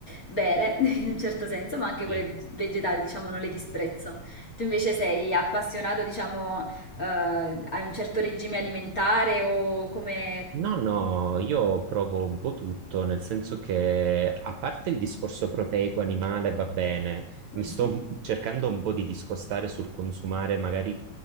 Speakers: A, on the left (about 30°); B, on the right (about 75°).
A: vere, <laughs> in un certo senso, ma anche quelle
B: sì.
A: vegetali, diciamo, non le disprezzo. Tu invece sei appassionato, diciamo, eh, a un certo regime alimentare o come...
B: No, no, io provo un po' tutto, nel senso che a parte il discorso proteico animale va bene,
A: Mhm,
B: mi sto un- cercando un po' di discostare sul consumare magari